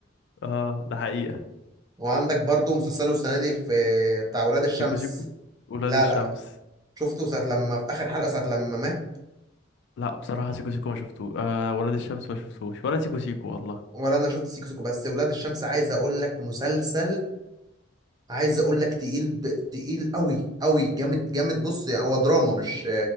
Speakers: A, on the left (about 65°); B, on the right (about 20°).
A: <laughs> اه ده حقيقه
B: <laughs> وعندك برضو مسلسله السنه دي في بتاع ولاد الشمس
A: سيكو سيكو ولاد
B: لا
A: الشمس
B: لا شفته ساعه لما في اخر حلقه ساعه لما مات
A: لا بصراحه سيكو سيكو ما شفتوش آه ولاد الشمس ما شفتوش ولا سيكو سيكو والله
B: ولا انا شفت سيكو سيكو بس ولاد الشمس عايز اقول لك مسلسل عايز اقول لك تقيل ب... تقيل قوي قوي جامد جامد بص يعني هو دراما مش